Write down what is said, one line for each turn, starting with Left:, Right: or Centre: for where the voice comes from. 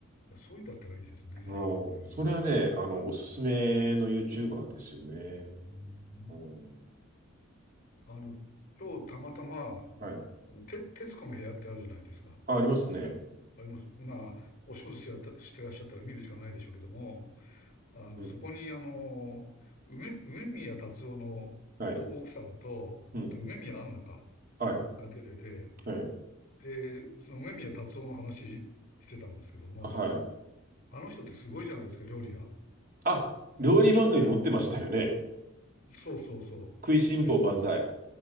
Left: やそういうんだったらいいですね。
Right: うん、
Left: うん。
Right: それはね、あの、おすすめの YouTuber ですよね。
Left: うん。
Right: うん
Left: あの、今日たまたま、
Right: はい
Left: あの、て、徹子の部屋ってあるじゃないですか。
Right: あ、ありますね。
Left: あります。まあ、お仕事してやった、してらっしゃったら見る時間ないでしょうけども、あの、
Right: うん。
Left: そこに、あの、梅、梅宮達夫のお奥さんと、
Right: はい。うん。
Left: あと梅宮アンナか、
Right: はい。
Left: が出てて、
Right: はい。
Left: で、その梅宮達夫の話してたんですけども、
Right: あ、はい。
Left: あの人ってすごいじゃないですか、料理が。
Right: あ、料理番組持ってましたよね。
Left: そうそうそう。
Right: 食いしん坊万歳。
Left: です。